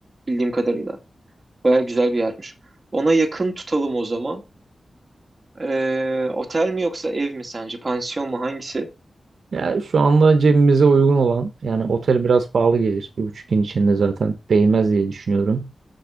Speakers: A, on the right; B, on the right.
A: bildiğim kadarıyla. Baya güzel bir yermiş. Ona yakın tutalım o zaman. Ee, otel mi yoksa ev mi sence? Pansiyon mu hangisi?
B: Ya şu anda cebimize uygun olan yani otel biraz pahalı gelir. Bir buçuk gün içinde zaten değmez diye düşünüyorum.